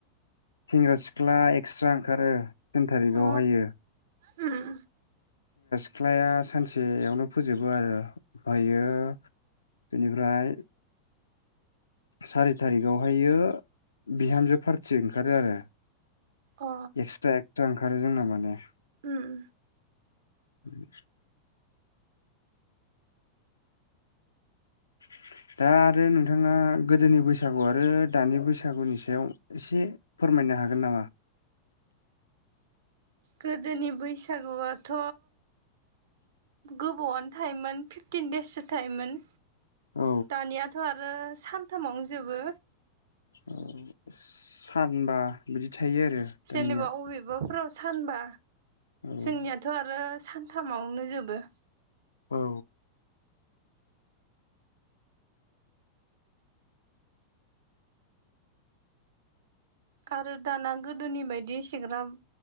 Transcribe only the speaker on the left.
सेंग्रा सिख ख्ला एक्सट्रा ओंखारो थिन थारिकावहायो
सिख्लाया सानसेयावनो फोजोबो आरो ओमफ्रायो बेनिफ्राय सारि थारिखावहायो बिहामजो पार्थि ओंखारो आरो
एक्सट्रा एक्सट्रा ओंखारो जोंना माने
उम <inaudible> दा आरो नोंथाङा गोदोनि बैसागु आरो दानि बैसागुनि सायाव एसे फोरमायनानै नो हागोन नामा
औ
औ सानबा बिदि थायो आरो दानिया
औ
औ